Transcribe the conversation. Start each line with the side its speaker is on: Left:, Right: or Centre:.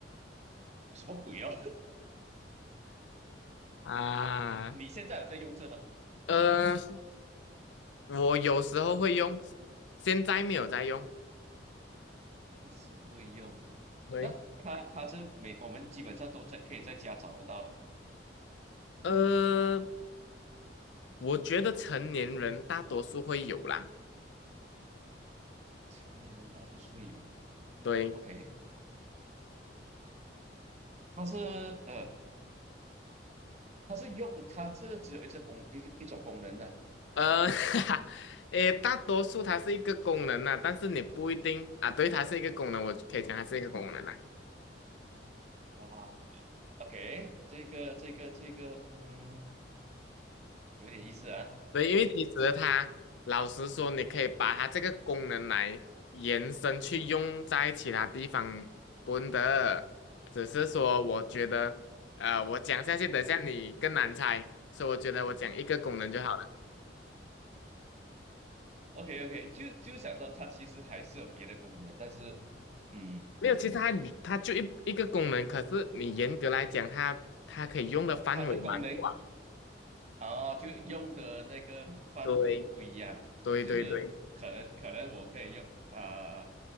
Right: 什么鬼哦？
Left: 啊，
Right: <laughs> 你现在有在用这吗？
Left: 呃，我有时候会用，现在没有在用。
Right: 有时会用。
Left: 对，
Right: 那它它这每我们基本上都在可以在家找得到了，
Left: 呃，我觉得成年人大多数会有啦。
Right: 成年人大多数会有。
Left: 对，
Right: OK，它是呃它是用它这只有一次功一个一种功能的。
Left: 呃，<laughs> 哈哈，诶，大多数它是一个功能啦，但是你不一定啊。对，它是一个功能，我可以讲它是一个功能啦。
Right: 哇，OK，这个这个这个嗯有点意思啊。
Left: 对，因为其实它老实说，你可以把它这个功能来延伸去用在其他地方，不的。只是说，我觉得，呃，我讲下去，等下你更难猜，所以我觉得我讲一个功能就好了。
Right: OK OK，就就想说它其实还是有别的功能，但是嗯，
Left: 没有，其实它它就一一个功能，可是你严格来讲，它它可以用的范围蛮广。
Right: 它的功能啊，就用的那个范围不一样，
Left: 对，对对对，
Right: 就是可能可能我可以用啊、